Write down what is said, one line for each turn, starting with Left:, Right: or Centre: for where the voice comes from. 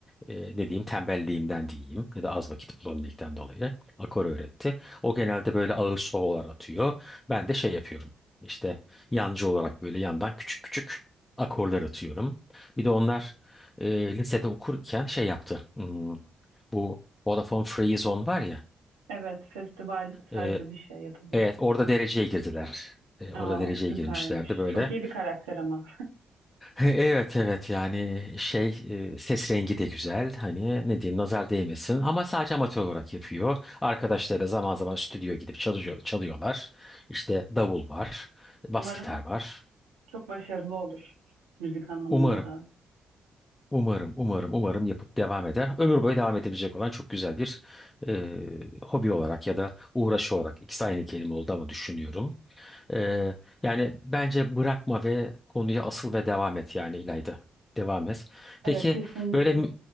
Left: e, ne diyeyim tembelliğimden diyeyim ya da az vakit bulabilmekten dolayı akor öğretti. O genelde böyle ağır sololar atıyor. Ben de şey yapıyorum İşte yancı olarak böyle yandan küçük küçük akorlar atıyorum. Bir de onlar e, lisede okurken şey yaptı. Hmm, bu Vodafone Free Zone var ya.
Right: Evet, festival tarzı
Left: e,
Right: bir şey yapılıyor.
Left: evet orada dereceye girdiler. E,
Right: Aa,
Left: orada dereceye
Right: süpermiş.
Left: girmişlerdi böyle.
Right: Çok iyi bir karakter ama.
Left: Evet evet yani şey e, ses rengi de güzel hani ne diyeyim nazar değmesin ama sadece amatör olarak yapıyor. Arkadaşları zaman zaman stüdyo gidip çalışıyor, çalıyorlar. İşte davul var,
Right: <laughs>
Left: bas
Right: Umarım
Left: gitar var.
Right: çok başarılı olur müzik anlamında
Left: Umarım
Right: da.
Left: umarım umarım umarım yapıp devam eder. Ömür boyu devam edebilecek olan çok güzel bir e, hobi olarak ya da uğraşı olarak ikisi aynı kelime oldu ama düşünüyorum. Ee, yani bence bırakma ve konuya asıl ve devam et yani İlayda. Devam et. Peki
Right: Evet, kesinlikle.
Left: böyle mü-